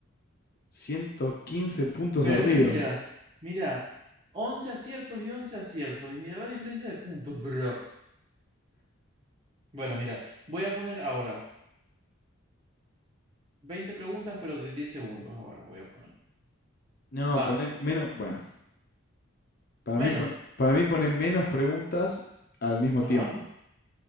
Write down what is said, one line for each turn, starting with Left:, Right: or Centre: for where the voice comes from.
Left: 115 puntos
Right: Pero
Left: arriba.
Right: es que mira, mira, once aciertos y 11 aciertos. Y mira la diferencia de puntos, bro. Bueno, mira, voy a poner ahora Veinte preguntas, pero de 10 segundos ahora voy a poner.
Left: No,
Right: Va,
Left: poné menos, bueno, para
Right: menos.
Left: mí, pon- para mí poné menos preguntas al mismo
Right: Ajá.
Left: tiempo,